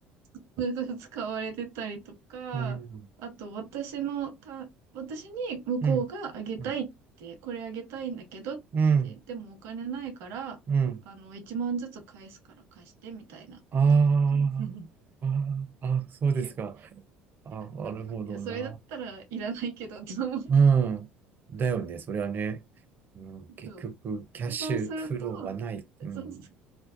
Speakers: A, on the right (about 70°); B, on the right (about 40°).
A: <laughs> 使われてたりとか、
B: うん。
A: あと私のた、私に向こうがあげたいって、
B: うん。うん。
A: これあげたいんだけどって、
B: うん。
A: でもお金ないから、
B: うん。
A: あの、1万ずつ返すから貸してみたいな。
B: あ
A: <laughs>
B: ーあー、あ、そうですか。
A: いや、い
B: あ、
A: やなんか、
B: なるほどな。
A: いや、それだったらいらないけどって思うけ
B: うん。だよね、それはね。うん、結局、
A: ど。
B: キャッシュフローはない。
A: で、そうすると、
B: うん。
A: そうそ